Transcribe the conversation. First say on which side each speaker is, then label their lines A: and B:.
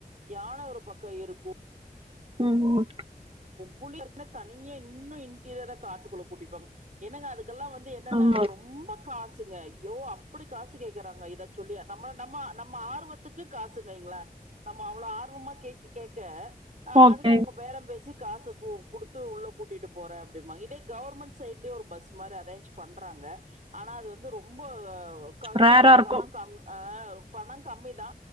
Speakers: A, on the right; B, on the right.
A: யான ஒரு பக்க இருக்கு
B: ம்
A: புலி வந்து தனியா இன்னு இன்டீரியரா காட்டுக்குள்ள கூட்டிப்பாங்க என்னங்க அதுக்கெல்லா வந் து என்னன்னா
B: ஆமா
A: ரொம்ப காசுங்க ஐயோ அப்படி காசு கேக்கறாங்க இத சொல்லி நம்மள நம்ம நம்ம ஆர்வத்துக்கு காசுன் வைங்களே நம்ம அவ்வள ஆர்வமா கேக்க கேக்க
B: ஓகே
A: அதுக்கு அவங்க பேரம் பேசி காசு கு குடுத்து உள்ள கூட்டிட்டு போறே அப்டிம்பாங்க இதே கவர்மெண்ட் சைட்லயு ஒரு பஸ் மாரி அரேஞ்ச் பண்றாங்க ஆனா அது வந்து ரொம்ப கொஞ்ச
B: ரேரா
A: க
B: இருக்கு
A: பண கம் ஆ பண கம்மிதா